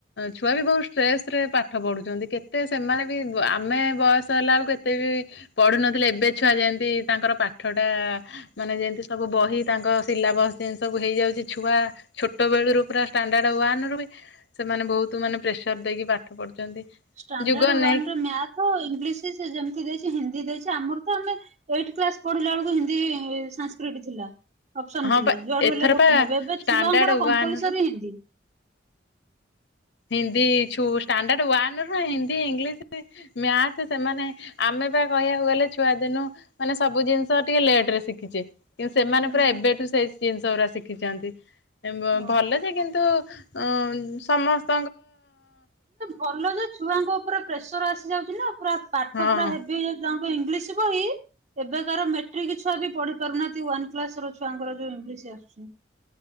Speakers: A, on the left; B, on the right.
A: ଛୁଆ ବି ବହୁତ ଷ୍ଟ୍ରେସରେ ପାଠ ପଢ଼ୁଛନ୍ତି। କେତେ ସେମାନେ ବି ଆମେ ବୟସ ହେଲା ବେଳକୁ କେତେ ବି ପଢ଼ୁନଥିଲେ। ଏବେ ଛୁଆ ଯେମତି ତାଙ୍କର ପାଠଟା ମାନେ ଯେମିତି ସବୁ ବହି ତାଙ୍କ ସିଲାବସ୍ ସେନ୍ ସବୁ ହେଇଯାଉଛି ଛୁଆ ଛୋଟ ବେଳୁରୁୁ ପୁରା ଷ୍ଟାଣ୍ଡାର୍ଡ ୱାନ ରୁ ବି ସେମାନେ ବହୁତ ମାନେ ପ୍ରେସର ଦେଇକି ପାଠ ପଢୁଛନ୍ତି।
B: ଷ୍ଟାଣ୍ଡାର୍ଡ
A: ଯୁଗ ଅନେଇକି
B: ୱାନ ରେ ମିଆଥ, ଇଂଲିଶି ଯେମତି ଦେଇଛି ହିନ୍ଦୀ ଦେଇ ଛି ଆମର ତ ଆମେ ଏଇଟ୍ କ୍ଲାସ୍ ପଢିଲା ବେଳକୁ ହିନ୍ଦୀ ସାଁସକ୍ରିରିଟି ଥିଲା। ଅପସନ
A: ହଁ
B: ଥିଲା
A: ପା
B: ଯୁଆଡ଼ୁ
A: ଏଥର
B: ହେଲେ ଗୋଟେ
A: ପା
B: ନେବେ ଏବେ
A: ଷ୍ଟାଣ୍ଡାର୍ଡ
B: ଛୁଆଙ୍କର କମ୍ପଲସରୀ
A: ୱାନ୍ ରୁ
B: ହିନ୍ଦୀ।
A: ହିନ୍ଦୀ ଛୁ ଷ୍ଟାଣ୍ଡାର୍ଡ ୱାନ ରୁ ହି ହିନ୍ଦୀ, ଇଂଲିଶି, ମ୍ୟାଥେ ସେମାନେ ଆମେ ବା କହିବାକୁ ଗଲେ ଛୁଆ ଦିନୁ ମାନେ ସବୁ ଜିନିଷ ଟିକେ ଲେଟ୍ ରେ ଶିଖିଛେ। କିନ୍ତୁ ସେମାନେ
B: ହୁଁ
A: ପୁରା ଏବେଠୁ ସେଇ ଜିନିଷ ଗୁରା ଶିଖିଛନ୍ତି।
B: ହଁ।
A: ଭଲ ଯେ କିନ୍ତୁ ଅ ସମସ୍ତେ
B: ଭଲ ଯେ ଛୁଆଙ୍କ ଉପରେ ପ୍ରେସର ଆସିଯାଉଛି ନା ପୁରା ପାଠ
A: ହଁ
B: ପୁରା ହେବି ହେଇ ତାଙ୍କ ଇଂଲିଶ ବହି ଏବେ କାର ମେଟ୍ରିକ ଛୁଆ ବି ପଢି ପାରୁନାହାନ୍ତି ୱାନ କ୍ଲାସ ର ଛୁଆଙ୍କର ଯୋଉ ଇଂଲିଶ ଆସୁଛି।